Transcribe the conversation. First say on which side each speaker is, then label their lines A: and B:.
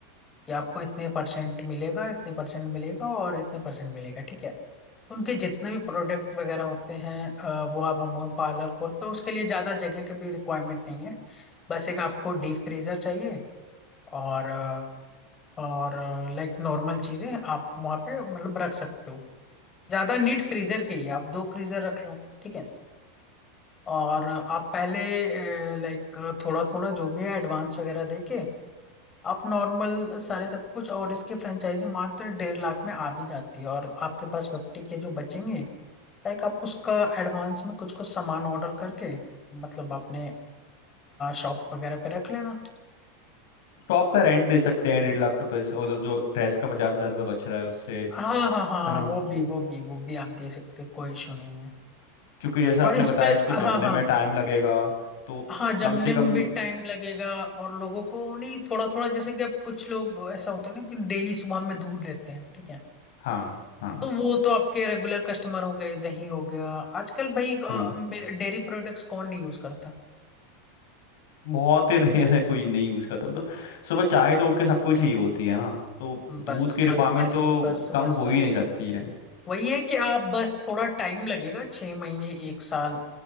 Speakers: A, on the left; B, on the left.
A: कि आपको इतने परसेंट मिलेगा इतने परसेंट मिलेगा और इतने परसेंट मिलेगा ठीक है तो उनके जितने भी प्रोडक्ट वगैरह होते हैं आ, वो आप अमूल पार्लर खोलते हो उसके लिए ज़्यादा जगह की भी रिक्वायरमेंट नहीं है बस एक आपको डीप फ्रीजर चाहिए और अ, और लाइक नॉर्मल चीजें आप वहां पे मतलब रख सकते हो ज्यादा नीट फ्रीजर की है आप दो फ्रीजर रख लो ठीक है और आप पहले लाइक थोड़ा थोड़ा जो भी है एडवांस वगैरह देके आप नॉर्मल सारे सब कुछ और इसकी फ्रेंचाइजी मात्र डेढ़ लाख में आ भी जाती है और आपके पास फिफ्टी के जो बचेंगे लाइक आप उसका एडवांस में कुछ कुछ सामान ऑर्डर करके मतलब अपने शॉप वगैरह पे रख लेना
B: शॉप का रेंट दे सकते हैं डेढ़ लाख रुपए से और जो ड्रेस का पचास हजार रुपये बच रहा है उससे
A: हाँ हाँ हाँ
B: है
A: हाँ,
B: ना
A: वो भी वो भी वो भी आप दे सकते हो कोई इशू नहीं है
B: क्योंकि जैसा
A: और
B: आपने
A: इस
B: बताया
A: पे
B: इसको
A: हाँ
B: जमने
A: हाँ
B: में टाइम लगेगा तो
A: हाँ जमने
B: कम से कम
A: में भी टाइम लगेगा और लोगों को नहीं थोड़ा थोड़ा जैसे कि अब कुछ लोग ऐसा होते हैं ना कि डेली सुबह में दूध लेते हैं ठीक है
B: हाँ हाँ
A: तो वो तो आपके रेगुलर कस्टमर हो गए दही हो गया आजकल भाई डेयरी
B: हम्म
A: प्रोडक्ट्स कौन नहीं यूज करता
B: बहुत ही रेयर है कोई नहीं यूज करता मतलब सुबह चाय तो उठ के सबको ही चाहिए होती है ना तो दूध
A: बस
B: की रिक्वायरमेंट
A: बस भाई
B: तो
A: बस
B: कम
A: बस
B: हो
A: बस
B: ही नहीं सकती है
A: वही है कि आप बस थोड़ा टाइम लगेगा छह महीने एक साल